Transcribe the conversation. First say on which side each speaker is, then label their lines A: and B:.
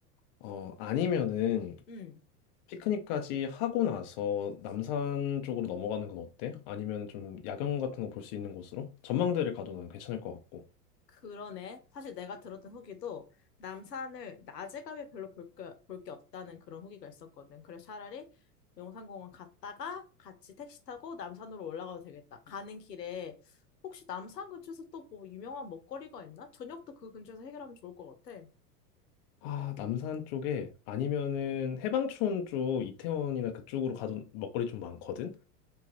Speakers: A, on the left; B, on the left.
A: 어 아니면은
B: 응.
A: 피크닉까지 하고 나서 남산 쪽으로 넘어가는 건 어때? 아니면 좀 야경 같은 거 볼 수 있는 곳으로? 전망대를 가도 난 괜찮을 것 같고.
B: 그러네. 사실 내가 들었던 후기도 남산을 낮에 가면 별로 볼 게, 볼 게 없다는 그런 후기가 있었거든. 그래서 차라리 용산공원 갔다가 같이 택시 타고 남산으로 올라가도 되겠다. 가는 길에 혹시 남산 근처에서 또 뭐 유명한 먹거리가 있나? 저녁도 그 근처에서 해결하면 좋을 것 같아.
A: 아 남산 쪽에 아니면은 해방촌 쪽 이태원이나 그쪽으로 가도 먹거리 좀 많거든.